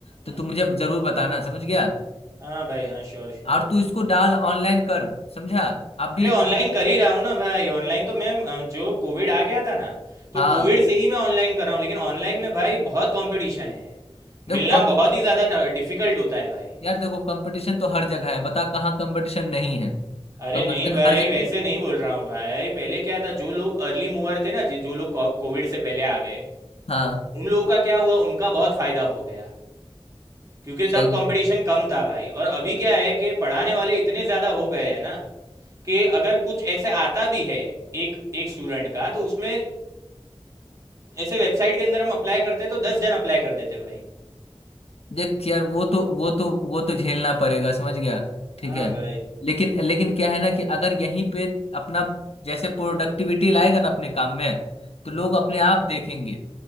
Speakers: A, on the right; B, on the left.
A: हम्म,
B: तो तू मुझे जरूर बताना समझ गया
A: हाँ भाई हाँ श्योर श्योर
B: और तू इसको डाल ऑनलाइन कर समझा अभी
A: अरे ऑनलाइन
B: अगर
A: कर ही रहा हूँ ना भाई ऑनलाइन तो मैं अ, जो कोविड आ गया था ना तो
B: हाँ
A: कोविड से ही मैं ऑनलाइन कर रहा हूँ लेकिन ऑनलाइन में भाई बहुत कंपटीशन है
B: देखो
A: मिलना
B: कम
A: बहुत ही ज़्यादा डिफिकल्ट होता है भाई
B: यार देखो कंपटीशन तो हर जगह है बता कहाँ कंपटीशन नहीं है
A: अरे
B: कंपटीशन
A: नहीं भाई
B: हर जगह
A: वैसे
B: है
A: नहीं बोल रहा हूँ भाई पहले क्या था जो लोग अर्ली मूवर थे ना जि- जो लोग को- कोविड से पहले आ गए
B: हाँ
A: उन लोगों का क्या हुआ उनका बहुत फायदा हो गया क्योंकि
B: सही
A: तब कंपटीशन
B: है सही।
A: कम था भाई और अभी क्या है कि पढ़ाने वाले इतने ज़्यादा हो गए हैं ना कि अगर कुछ ऐसे आता भी है एक एक स्टूडेंट का तो उसमें ऐसे वेबसाइट के अंदर हम अप्लाई करते तो दस जन अप्लाई कर देते भाई
B: देख यार वो तो वो तो वो तो झेलना पड़ेगा समझ गया ठीक
A: हाँ
B: है
A: भाई
B: लेकिन लेकिन क्या है ना कि अगर यहीं पे अपना जैसे प्रोडक्टिविटी लाएगा ना अपने काम में तो
A: हम्म,
B: लोग अपने आप देखेंगे